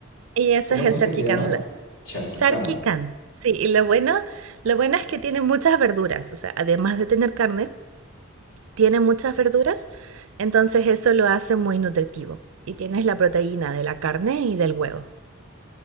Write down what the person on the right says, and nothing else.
Y eso
es
el charquicán.
la-
Charquicán. Sí, y lo bueno, lo bueno es que tiene muchas verduras. O sea, además de tener carne, tiene muchas verduras. Entonces eso lo hace muy nutritivo. Y tienes la proteína de la carne y del huevo.